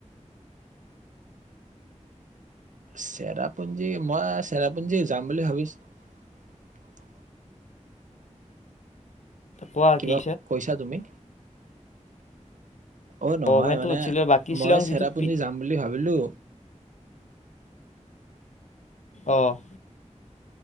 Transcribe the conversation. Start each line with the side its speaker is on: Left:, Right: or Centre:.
Right: চেৰাপুঞ্জী মই চেৰাপুঞ্জী যাম বুলি ভাবিছো
Left: কোৱা
Right: কিবা
Left: কি
Right: কৈছা তুমি? অ' নহয়
Left: সেইটো
Right: মানে।
Left: হৈছিলে বাকী
Right: মই
Left: শ্বিলং
Right: চেৰাপুঞ্জী
Left: যিটো পি
Right: যাম বুলি ভাবিলো
Left: অ'